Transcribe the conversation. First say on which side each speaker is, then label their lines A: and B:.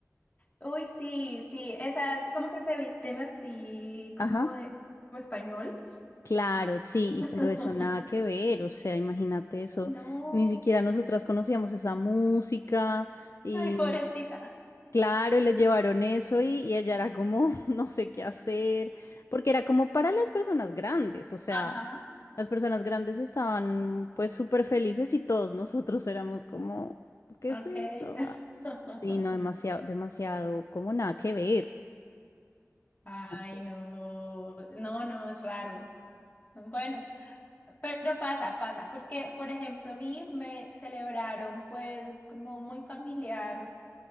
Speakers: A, on the left; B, on the left.
A: Uy, sí, sí, esas como que se visten así como
B: Ajá.
A: de, como españoles.
B: Claro, sí, y pero
A: <laughs>
B: eso nada que ver, o sea, imagínate eso,
A: No,
B: ni siquiera nosotras conocíamos esa música y.
A: ay, Sí. pobrecita.
B: Claro, y le llevaron eso y, y ella era como, <laughs> no sé qué hacer, porque era como para las personas grandes, o sea,
A: Ajá,
B: las personas grandes estaban pues súper felices y todos nosotros éramos como, ¿qué
A: ok.
B: es eso? Ah,
A: <laughs>
B: sí, no, demasiado, demasiado, como nada que ver.
A: Ay,
B: Nada que
A: no, no, no, es raro. Bueno, pero pasa, pasa, porque, por ejemplo, a mí me celebraron pues como muy familiar